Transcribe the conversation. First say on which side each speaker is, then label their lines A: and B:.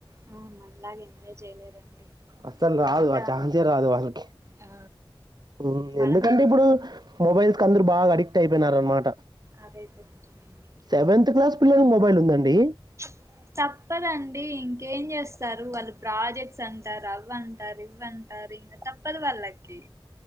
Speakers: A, on the right (about 30°); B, on the right (about 50°).
A: ఆ మనలాగా ఎంజాయ్ చేయలేరండి
B: అస్సలు రాదు
A: అంతా
B: ఆ ఛాన్స్ ఎ రాదు వాళ్లకి
A: ఆ
B: ఉ
A: మనం
B: ఎందుకంటే
A: ఏం
B: ఇప్పుడు
A: చే
B: మొబైల్స్ కి అందరు బాగా అడిక్ట్ అయిపోయినారనమాట
A: అదయితే నిజమేనండి
B: సెవెంత్ క్లాస్ పిల్లలకు మొబైల్ ఉందండి
A: చె తప్పదండి ఇంకేం చేస్తారు వాళ్ళు ప్రాజెక్ట్స్ అంటారు అవ్వంటారు ఇవ్వంటారు ఇవ్వంటారు ఇంక తప్పదు వాళ్ళకి